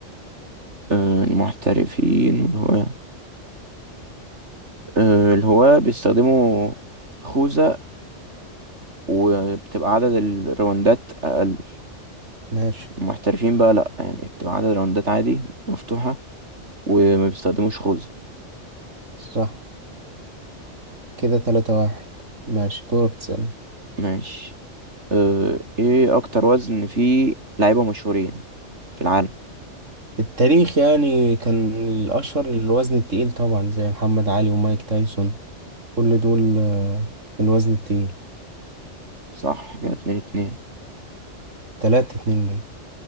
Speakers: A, on the right (about 65°); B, on the right (about 90°).
A: أه... المحترفين والهواة أه... الهواة بيستخدموا خوذة وبتبقى عدد الراوندات أقل
B: ماشي
A: المحترفين بقى لأ يعني بتبقى عدد راوندات عادي مفتوحة وما بيستخدموش خوذة
B: صح كده تلاتة واحد ماشي دورك تسألني
A: ماشي اه ايه اكتر وزن فيه لعيبة مشهورين في العالم
B: التاريخ يعني كان الأشهر الوزن التقيل طبعا زي محمد علي ومايك تايسون كل دول آه، في الوزن التقيل
A: صح كده اتنين اتنين
B: تلاتة اتنين